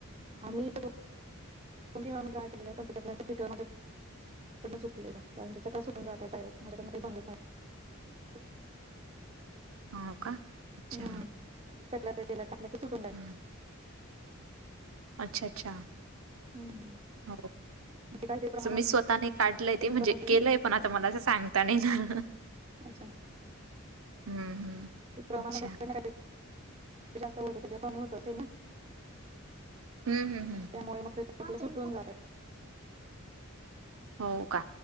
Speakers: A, on the right (about 30°); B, on the right (about 75°).
A: आम्ही <unintelligible> चुकलेलं कारण त्या <unintelligible> <unintelligible>
B: हो का?
A: नाही
B: अच्छा.
A: हम्म. चकल्या त्या तेलात टाकल्या का सुटून <unintelligible>
B: हं. अच्छा. अच्छा.
A: हम्म.
B: हो.
A: ते काहीतरी प्रमाण
B: मी स्वतःने काढलय
A: माझं
B: ते.
A: चुकत
B: म्हणजे
A: असेल
B: केलंय. पण आता मला असं सांगता नाही येणार.
A: <unintelligible>
B: हम्म हम्म
A: <unintelligible>
B: अच्छा
A: कमी होत असेल ना?
B: हम्. हम्. हम.
A: <unintelligible> चकल्या सुटून जातात.
B: हो का?